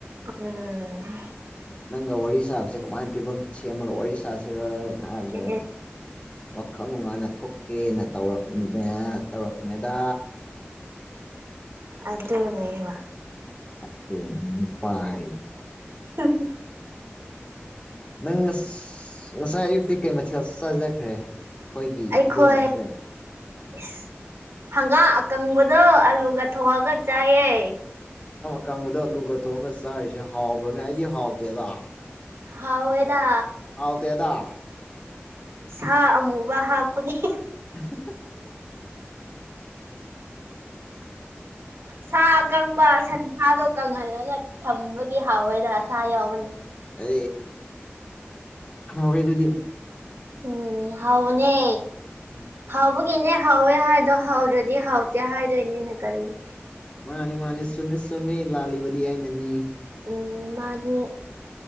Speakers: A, on the right; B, on the left.
A: ꯎꯝ
B: ꯅꯪꯒ ꯋꯥꯔꯤ ꯁꯥꯕꯁꯦ ꯀꯃꯥꯏꯅ ꯐꯤꯕꯝ ꯁꯦꯝꯃꯒ ꯋꯥꯔꯤ ꯁꯥꯁꯤꯔꯅꯣ ꯍꯥꯏꯕꯗ
A: ꯑꯦ
B: ꯋꯥꯈꯜ ꯅꯨꯡꯉꯥꯏꯅ ꯊꯣꯛꯀꯦꯅ ꯇꯧꯔꯛꯅꯦ ꯇꯧꯔꯛꯄꯅꯦꯗꯥ
A: ꯑꯗ ꯑꯣꯏꯅꯅꯦꯕ
B: ꯑꯣꯄꯥ ꯍꯥꯏ
A: ꯍꯦ ꯍꯦ
B: ꯅꯪ ꯉ ꯉꯁꯥꯏ ꯑꯌꯨꯛꯇꯤ ꯀꯩ ꯃꯊꯦꯜ ꯆꯥꯖꯈ꯭ꯔꯦ ꯑꯩꯈꯣꯏꯒꯤ
A: ꯑꯩꯈꯣꯏ
B: ꯏꯕꯦꯝꯃꯁꯦ
A: ꯑꯦꯁ ꯍꯪꯒꯥ ꯑꯀꯪꯕꯗꯣ ꯑꯂꯨꯒ ꯊꯣꯡꯑꯒ ꯆꯥꯏꯌꯦ
B: ꯀꯥꯡꯕꯨꯗ ꯑꯂꯨꯒ ꯊꯣꯡꯉꯒ ꯆꯥꯔꯤꯁꯦ ꯍꯥꯎꯕ꯭ꯔꯥꯅꯦ ꯑꯩꯗꯤ ꯍꯥꯎꯇꯦꯗ
A: ꯍꯥꯎꯋꯦꯗꯥ
B: ꯥꯎ ꯇꯗꯥ
A: ꯁꯥ ꯑꯃꯨꯕ ꯍꯥꯞꯄꯒꯦ
B: <unintelligible>
A: ꯁꯥ ꯑꯀꯪꯕ ꯁꯟꯁꯥꯗꯣ ꯀꯪꯍꯜꯂꯒ ꯊꯝꯕꯒꯤ ꯍꯥꯎꯋꯦꯗ ꯁꯥ ꯌꯥꯎꯕꯅꯤ
B: ꯑ ꯍꯣꯏꯗꯨꯗꯤ
A: ꯎꯝ ꯍꯥꯎꯅꯦ
B: ꯎꯝ
A: ꯍꯥꯎꯕꯒꯤꯅꯦ ꯍꯥꯎꯋꯦ ꯍꯥꯏꯗꯣ ꯍꯥꯎꯗ꯭ꯔꯗꯤ ꯍꯥꯎꯇꯦ ꯍꯥꯏꯗꯣꯏꯅꯦꯅ ꯀꯔꯤꯅꯣ
B: ꯃꯥꯅꯤ ꯃꯥꯅꯤ ꯁꯨꯝꯃꯤ ꯆꯨꯝꯃꯤ ꯂꯥꯜꯂꯤꯕꯗꯤ ꯑꯩꯅꯅꯤ
A: ꯎꯝ ꯃꯥꯅꯤ